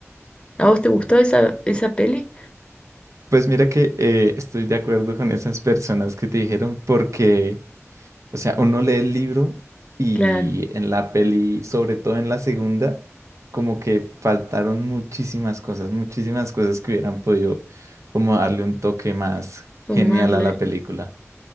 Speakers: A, on the left (about 20°); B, on the right (about 75°).
A: ¿A vos te gustó esa, esa peli?
B: Pues mira que eh, estoy de acuerdo con esas personas que te dijeron porque, o sea, uno lee el libro y
A: Claro,
B: en la peli, sobre todo en la segunda, como que faltaron muchísimas cosas, muchísimas cosas que hubieran podido como darle un toque más
A: sumarle
B: genial a la película.